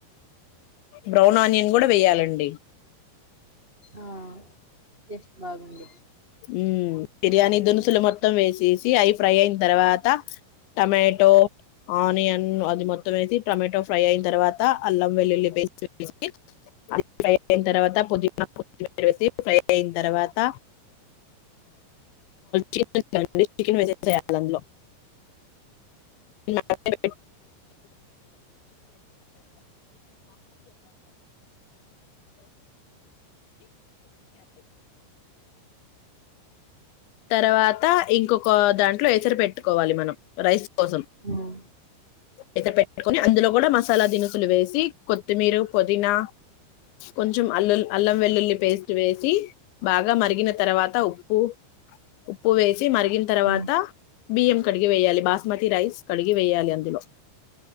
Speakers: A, on the left; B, on the right.
A: బ్రౌన్ ఆనియన్ కూడా వెయ్యాలి అండీ
B: ఆ టేస్ట్ బాగుంది
A: ఉమ్ బిర్యానీ దునుసులు మొత్తం వేసి అవి ఫ్రై అయిన తర్వాత టమాటో ఆనియన్ ఆది మొత్తం టమాటో ఫ్రై అయిన తర్వాత అల్లం వెల్లుల్లి పేస్ట్ వేసి ఆది ఫ్రై అయిన తర్వాత పుదినా కొత్తిమీర వేసి ఫ్రై అయిన తర్వాత చెన్న్ చేయాలందులో ఆ తర్వాత ఇంకొక దాంట్లో ఎసరు పెట్టుకోవాలి మనం కోసం
B: ఉమ్,
A: అయితే పెట్టుకొని అందులో కూడా మసాలా దినుసులు వేసి కొత్తిమీర పుదీనా కొంచెం అల్లులీ అల్లం వెల్లుల్లి పేస్ట్ వేసి బాగా మరిగిన తర్వాత ఉప్పు ఉప్పు వేసి మరిగిన తర్వాత
B: ఉమ్,
A: బియ్యం కడిగి వేయాలి బాస్మతి రైస్ కడిగి వేయాలి అందులో